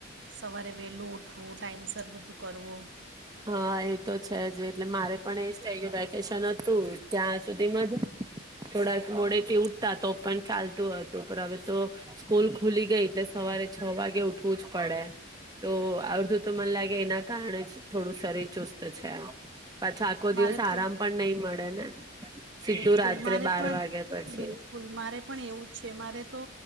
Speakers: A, on the right; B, on the right.
A: સવારે વહેલું ઉઠવું ટાઈમ ને બધું કરવું.
B: હા એ તો છે જ એટલે મારે પણ એજ થ કે વેકેશન હતું જ્યાં સુધી મજા થોડાક મોડેથી ઉઠતા તો પણ ચાલતું હતું પણ હવે તો સ્કૂલ ખુલી ગઈ એટલે સવારે છ વાગે ઉઠવું જ પડે. તો આવતુ તું તોમને લાગે એના કારણા છ થોડું શરીર ચુસ્ત છે. પાછો આખો
A: મારે
B: દિવસ આરામ
A: તો
B: પણ નહી મળે ને સીધું
A: બિલકુલ
B: રાત્રે
A: મારે
B: બાર
A: પણ
B: વાગે પછી
A: બિલકુલ મારે પણ એવું જ છે મારે તો